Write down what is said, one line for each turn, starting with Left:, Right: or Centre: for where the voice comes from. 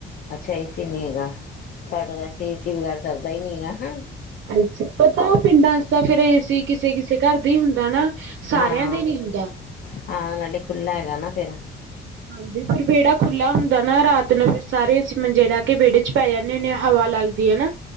Left: ਅੱਛਾ ਏੇਸੀ ਨਹੀਂ ਹੈਗਾ। ਸਾਡੇ ਤਾਂ ਇਥੇ ਏ ਏ ਸੀ ਬਗੈਰ ਸਰਦਾ ਹੀ ਨੀਗਾ। ਹੰ
Right: ਅੱਛਾ, ਪਤਾ ਪਿੰਡਾਂ ਚ ਤਾਂ ਫਿਰ ਏ ਸੀ ਕਿਸੇ ਕਿਸੇ ਘਰ ਦੇ ਹੀ ਹੁੰਦਾ ਨਾ, ਸਾਰਿਆਂ
Left: ਹਾਂ,
Right: ਦੇ ਨੀ ਹੁੰਦਾ।
Left: ਹਾਂ ਨਾਲੇ ਖੁੱਲਾ ਹੈਗਾ ਨਾ ਤੇਰਾ
Right: ਹਾਂਜੀ, ਫਿਰ ਵਿਹੜਾ ਖੁੱਲਾ ਹੁੰਦਾ ਹੈ ਣਾ ਰਾਤ ਨੂੰ ਫਿਰ ਸਾਰੇ ਅਸੀਂ ਮੰਜੇ ੜਾਹ ਕੇ ਵਿਹੜੇ ਚ ਪੈ ਜਾਨੇ ਹੁੰਦੇ ਆ, ਹਵਾ ਲੱਗਦੀ ਹੈ ਨਾ।